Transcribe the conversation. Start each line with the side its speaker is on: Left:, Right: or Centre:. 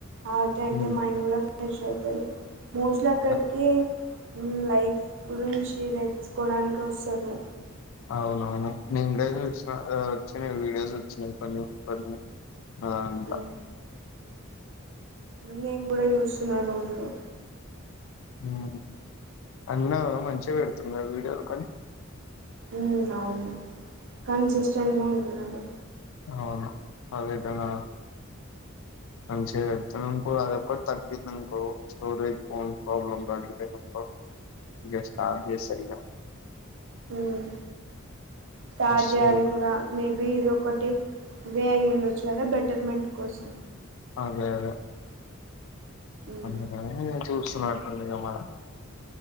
Right: ఆర్తీ అయితే
Left: ఉమ్,
Right: మైండ్ కూడ ఫ్రెష్ అయితది. మోస్ట్లీ అక్కడికి
Left: అ-
Right: హ్మ్ లైఫ్ గురించి తెలుసుకోడానికి వొస్తరు.
Left: అవునవును నేను కూడ చూసిన వచ్చినయి వీడియోస్ వచ్చినయి కొన్ని కొన్ని నాదాంట్ల
Right: మ్మ్ నేను కూడా చూస్తున్న రోజులో
Left: హ్మ్ అన్న మంచిగా పెడుతున్నడు వీడియోలు కానీ
Right: ఉ అవును కన్సిస్టెంట్గా ఉంటునడు.
Left: అవును అదే విధంగా మంచిగ చెప్తననుకో అ దొక్కటి తగ్గింది అనుకో స్టోరేజ్ ఫోన్ ప్రాబ్లమ్ తగ్గిపోయిందనుకో ఇగ స్టార్ట్ చేస్తడు ఇగ
Right: హ్మ్ స్టార్ట్
Left: మస్తు
Right: చేయాలి కూడా మేబి ఇది ఒకటి ఇవే అయి ఉండొచ్చు కదా బెటర్మెంట్ కోసం.
Left: అదే అదే
Right: ఉమ్
Left: అందుకనే చూస్తున్నట్టుండగా మళ్ళ